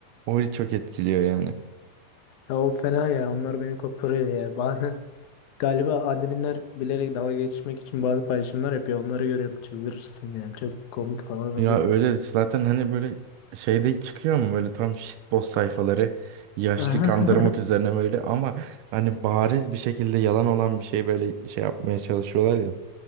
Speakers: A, on the right; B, on the left.
A: o çok etkiliyor yani.
B: Ya o fena ya. Onlar beni koparıyor ya. Bazen galiba adminler bilerek dalga geçmek için bazı paylaşımlar yapıyor. Onları görüyorum çıldırırsın yani. Çok komik falan
A: Ya
B: oluyor.
A: öyle zaten hani böyle şeyde çıkıyor mu böyle tam shitpost sayfaları yaşlı
B: <laughs>
A: kandırmak üzerine böyle ama hani bariz bir şekilde yalan olan bir şey böyle şey yapmaya çalışıyorlar ya.